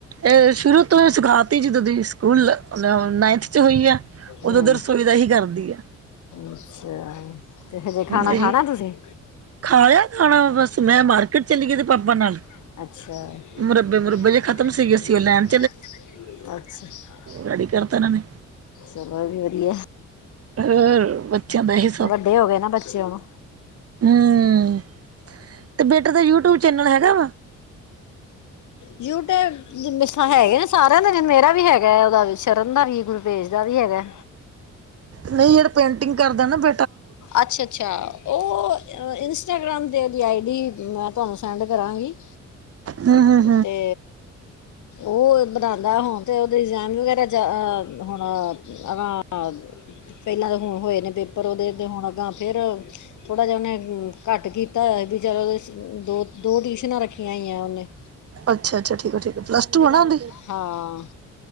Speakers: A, on the right; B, on the left.
A: ਇਹ ਸ਼ੁਰੂ ਤੋਂ ਸਿਖਾ ਤੀ ਸੀ ਜਦੋਂ ਸਕੂਲ ਨਾਈਨਥ 'ਚ ਹੋਈ ਆ।
B: ਹੂੰ
A: ਉਦੋਂ ਰਸੋਈ ਦਾ ਹੀ ਕਰਦੀ ਹੈ।
B: ਅੱਛਾ ਤੇ ਹਜੇ ਖਾਣਾ,
A: ਇਹ
B: ਖਾਣਾ ਤੁਸੀਂ?
A: ਖਾ ਲਿਆ ਖਾਣਾ ਬਸ ਮੈਂ ਮਾਰਕੀਟ ਚਲੀ ਗਈ ਇਹਦੇ ਪਾਪਾ ਨਾਲ।
B: ਅੱਛਾ-ਅਛਾ।
A: ਮੁਰੱਬੇ ਮੁਰੱਬੇ ਜੇ ਖਤਮ ਸੀਗੇ ਅਸੀਂ ਉਹ ਲੈਣ ਰੇਡੀ ਕਰ ਤਾਂ ਏਨਾਨੇ।
B: ਚਲੋ ਵੀ ਵਧੀਆ,
A: ਹੋਰ ਬੱਚਿਆਂ ਦਾ ਇਹੀ
B: ਵੱਡੇ ਹੋ ਗਏ ਨਾ ਬੱਚੇ ਹੁਣ।
A: ਹੂ, ਤੇ ਬੇਟੇ ਦਾ ਯੂਟਿਊਬ ਚੈਨਲ ਹੈਨਾ।
B: ਯੂਟਿਊਬ ਹੈਗੇ ਨੇ ਸਾਰਿਆਂ ਦਾ ਮੇਰਾ ਵੀ ਹੈਗਾ ਉਹਦਾ ਸ਼ਰਨ ਦਾ ਵੀ ਗੁਰੂਦੇਜ ਦਾ ਵੀ ਹੈਗਾ।
A: ਨਹੀਂ ਜਿਹੜੇ ਪੇਟਿੰਗ ਕਰਦੇ ਨਾ ਬ
B: ਅੱਛਾ-ਅੱਛਾ। ਉਹ ਇੰਸਟਾਗ੍ਰਾਮ 'ਤੇ ਉਹਦੀ ਆਈ ਡੀ ਮੈਂ ਤੁਹਾਨੂੰ ਸੈਂਡ ਕਰਾਂਗੀ।
A: ਹੂੰ-ਹੂੰ।
B: ਅਤੇ ਉਹ ਬਣਾਉਂਦਾ ਹੁਣ ਅਤੇ ਉਹਦੇ ਡਿਜ਼ਾਇਨ ਵਗੈਰਾ ਜ ਹੁਣ। ਅਗਾਂ ਪਹਿਲਾਂ ਤਾਂ ਹੁਣ ਹੋਏ ਨੇ ਪੇਪਰ ਉਹਦੇ ਅਤੇ ਹੁਣ ਅੱਗਾਂ ਫੇਰ। ਥੋੜਾ ਜਿਹਾ ਉਹਨੇ ਘਟ ਕੀਤਾ ਹੋਇਆ ਵੀ ਚਲੋ ਦੋ-ਦੋ ਟਿਊਸ਼ਨਾਂ ਰੱਖੀਆਂ ਹੋਈਆਂ ਉਹਨੇ।
A: ਅੱਛਾ ਅੱਚਾ ਠੀਕ ਹੈ ਪਲੱਸ ਤੂੰ ਹੈ ਨਾ ਓਹਦੀ?
B: ਹਾਂ।